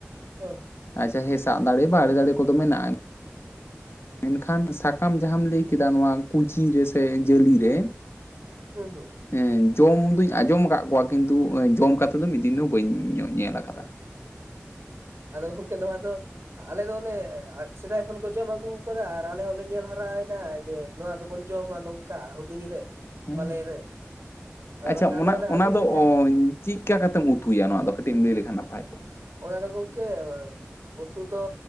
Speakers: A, on the right; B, on the left.
A: ᱦᱮᱸ ᱦᱮᱸ
B: ᱟᱪᱪᱷᱟ ᱦᱮᱸᱥᱟᱜ ᱫᱟᱲᱮ ᱵᱟᱲᱮ ᱫᱟᱲᱮ ᱠᱚᱫᱚ ᱢᱮᱱᱟᱜᱼᱟ ᱢᱮᱱᱠᱷᱟᱱ ᱥᱟᱠᱟᱢ ᱡᱟᱦᱟᱢ ᱞᱟᱹᱭ ᱠᱮᱫᱟ ᱱᱚᱣᱟ ᱠᱩᱪᱤ ᱨᱮᱥᱮ ᱡᱟᱞᱤ ᱨᱮ
A: ᱦᱮᱸ ᱦᱩᱸ
B: ᱮ ᱡᱚᱢ ᱫᱩᱧ ᱟᱸᱡᱚᱢ ᱠᱟᱜ ᱠᱚᱣᱟ ᱠᱤᱱᱛᱩ ᱡᱚᱢ ᱠᱟᱛᱮᱜ ᱫᱚ ᱢᱤᱫ ᱫᱤᱱ ᱫᱚ ᱵᱟᱹᱧ ᱧᱮᱞ ᱠᱟᱫᱟ
A: ᱟᱫᱚ ᱜᱚᱝᱠᱮ ᱱᱚᱣᱟ ᱫᱚ ᱟᱞᱮ ᱫᱚ ᱚᱱᱮ ᱥᱮᱫᱟᱭ ᱠᱷᱚᱱ ᱠᱚ ᱡᱚᱢ ᱟᱹᱜᱩ ᱠᱟᱫᱟ ᱟᱨ ᱟᱞᱮ ᱦᱚᱸᱞᱮ ᱧᱮᱞ ᱦᱟᱨᱟᱭᱱᱟ ᱡᱮ ᱱᱚᱣᱟ ᱫᱚᱵᱚᱱ ᱡᱚᱢᱟ ᱱᱚᱝᱠᱟ ᱦᱩᱰᱤᱧ ᱨᱮ
B: ᱦᱮᱸ
A: ᱵᱟᱞᱮ ᱨᱮ ᱟᱫᱚ
B: ᱟᱪᱪᱷᱟ
A: ᱚᱱᱟᱛᱮ ᱟᱞᱮ
B: ᱚᱱᱟ
A: ᱦᱚᱸᱞᱮ
B: ᱚᱱᱟ
A: ᱟᱹᱜᱩᱭ
B: ᱫᱚ
A: ᱜᱮᱭᱟ
B: ᱪᱮᱜᱠᱟ ᱠᱟᱛᱮᱢ ᱩᱛᱩᱭᱟ ᱱᱚᱣᱟ ᱫᱚ ᱠᱟᱹᱴᱤᱡ ᱮᱢ ᱞᱟᱹᱭ ᱞᱮᱠᱷᱟᱱ ᱱᱟᱯᱟᱭ ᱠᱚᱜᱼᱟ
A: ᱚᱱᱟ ᱫᱚ ᱜᱚᱢᱠᱮ ᱩᱛᱩ ᱫᱚ